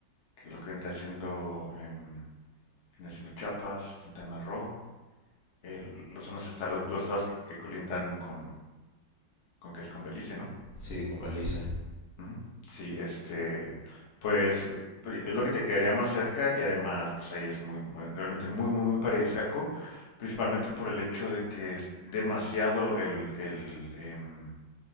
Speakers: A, on the left; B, on the left.
A: que lo que vendría siendo... em, Tienes en Chiapas, Quintana Roo, el- los son los estados, los estados que, que colindan con, con que es con Belice, ¿no?
B: Sí, como Elise.
A: Ujú. Sí, este, pues, pues, es lo que te quedaría más cerca y además, pues ahí es muy, muy- realmente muy, muy, muy paradisíaco, principalmente por el hecho de que es demasiado el, el, em,